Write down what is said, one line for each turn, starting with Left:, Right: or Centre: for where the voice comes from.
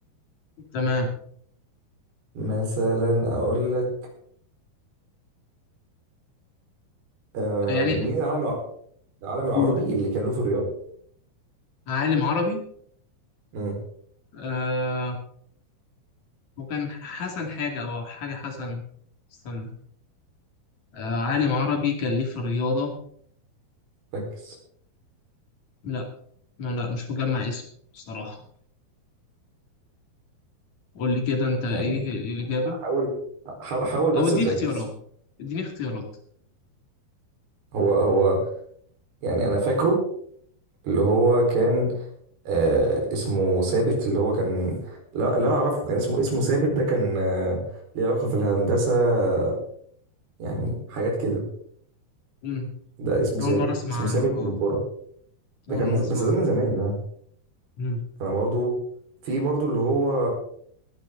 Left: تمام
Right: مثلا اقول لك آم،
Left: يعني
Right: مين العالم العالم العربي
Left: قول
Right: اللي كان له في الرياضة
Left: عالم عربي
Right: امم
Left: آه وكان حسن حاجة أو حاجة حسن استنى آه عالم عربي كان ليه في الرياضة
Right: ركز
Left: لا ما لا مش مجمع اسمه بصراحة قول لي كده أنت إيه
Right: يعني
Left: إيه الإجابة
Right: حاول حاول حاول بس
Left: أو اديني
Right: تركز
Left: اختيارات اديني اختيارات
Right: هو هو يعني انا فاكره اللي هو كان آه اسمه ثابت اللي هو كان لا اللي انا اعرفه كان اسمه اسمه ثابت ده كان آه ليه علاقة في الهندسة آه، يعني حاجات كده
Left: مم.
Right: ده اسمه ثابت
Left: أول مرة أسمع
Right: اسمه ثابت
Left: عنه
Right: ابن
Left: أه
Right: كورة ده
Left: أول
Right: كان
Left: مرة
Right: من ز-
Left: أسمع
Right: بس
Left: عنه
Right: ده من زمان يعني
Left: مم.
Right: انا برضو في برضو اللي هو